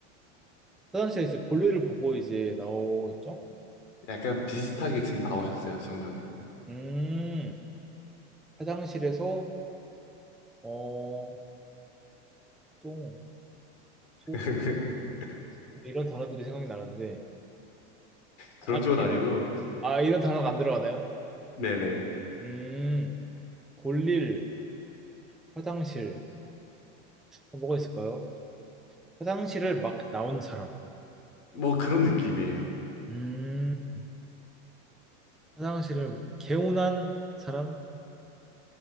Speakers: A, in the centre; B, on the left.
A: 화장실에서 이제 볼일을 보고 이제 나오겠죠?
B: 약간 비슷하게 지금 나오셨어요, 정답이.
A: 음, 화장실에서, 어, 똥, 소변,
B: <laughs>
A: 뭐 이런 단어들이 생각이 나는데.
B: 그런
A: 아,
B: 쪽은 아니고,
A: 아, 이런 단어가 안 들어가나요?
B: 네네.
A: 음, 볼일, 화장실. 뭐가 있을까요? 화장실을 막 나온 사람.
B: 뭐 그런 느낌이에요.
A: 음, 화장실을 개운한 사람?